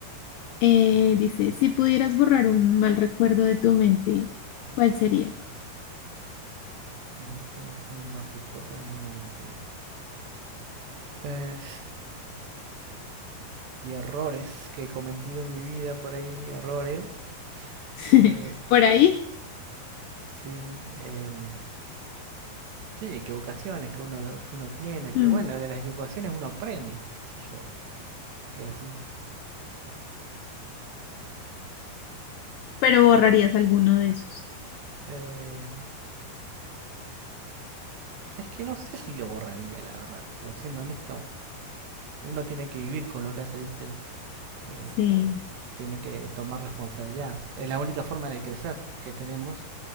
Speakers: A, on the left (about 80°); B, on the right (about 80°).
A: Eh, dice, si pudieras borrar un mal recuerdo de tu mente, ¿cuál sería?
B: ujú, un mal recuerdo de mi mente. Eh, y errores que he cometido en mi vida por ahí, errores.
A: <laughs>
B: eh,
A: ¿Por ahí?
B: sí, em, Sí, equivocaciones que uno, que uno tiene, pero
A: Mm,
B: bueno, de las equivocaciones uno aprende, qué sé yo, es así.
A: Pero borrarías alguno de esos.
B: Eh, es que no sé si lo borraría, la verdad, pero siendo honesto, uno tiene que vivir con lo que hace, viste, Eh,
A: Sí,
B: tiene que tomar responsabilidad. Es la única forma de crecer que tenemos,